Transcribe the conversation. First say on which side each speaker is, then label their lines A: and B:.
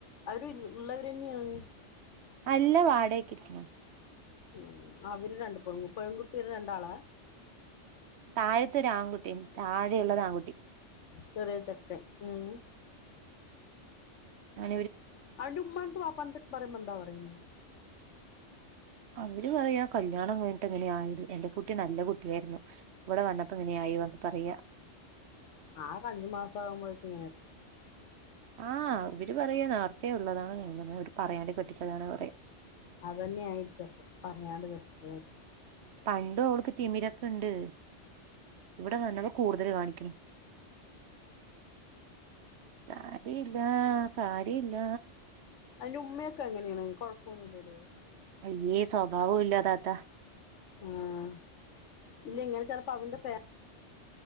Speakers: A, on the left; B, on the right.
A: അവര് ഉള്ളവരെന്നെയാണ്
B: അല്ല വാടകക്കിരിക്കുന്നു
A: ഉ അവര് രണ്ട് പെ പെൺകുട്ടിയുടെ രണ്ടാളാ
B: താഴത്തെ ഒരു ആൺകുട്ടി താഴെയുള്ളത് ആൺകുട്ടി
A: ചെറിയ ചക്കൻ ഉം
B: ആ
A: അ ഉമ്മാന്റെടത്തും വാപ്പാടെടത്തും പറയുമ്പോ ന്താ പറയണേ
B: അവര് പറയാ കല്യാണം വീട്ട എങ്ങനെ ആയത് എന്റെറെ കുട്ടി നല്ല കുട്ടിയായിരുന്നു ഇവിടെ വന്നപ്പോ ഇങ്ങനെയായി പറഞ്ഞിട്ട് പറയാ
A: ആഹ ആ അഞ്ചും മാസ ആകുമ്പോഴ <inaudible>
B: ആഹ് ഇവര് പറയ നേരത്തെേ ഉള്ളതാണ് അവര് പറയാണ്ടി കെട്ടിച്ചതാണ് പറ
A: അതന്നെയ ആയിരിക്ക അപ്പൊ പറയാത കെട്ടിച്ചതായിരിക്കും
B: പണ്ട അവൾക്ക് തിമിരൊക്കെ ഉണ്ട് ഇവിടെ വന്നപ്പോ കൂടുതൽ കാണിക്കണ സാരില്ല സാരില്ല
A: അതിന്റെ ഉമ്മയൊക്കെ എങ്ങനെയാണ് കൊഴപ്പമൊന്നുമ ഇല്ലോ
B: അയ്യേ സ്വഭാവം ഇല്ല താത്ത
A: ആഹ ഇല്ല ഇങ്ങനെ ചിലപ്പ അവന്റെേ <unintelligible>